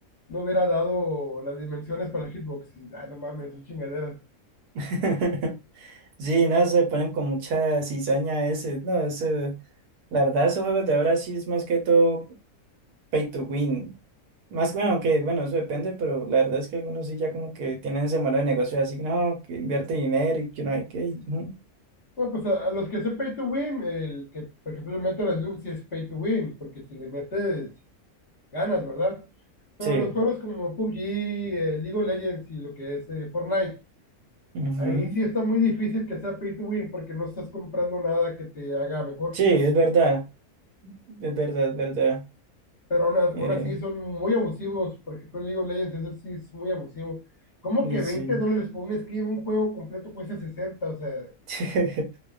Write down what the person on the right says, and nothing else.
<laughs> Sí, no, se ponen con mucha cizaña ese, no, ese la verdad, esos juegos de ahora sí es más que todo pay to win. Más bueno, que bueno, eso depende, pero la verdad es que algunos sí ya como que tienen ese modelo de negocio así, no, que invierte dinero y que no hay que. ujú.
Sí,
ujú.
Sí, es
verdad, es verdad, es verdad.
Eh,
y
sí.
<laughs>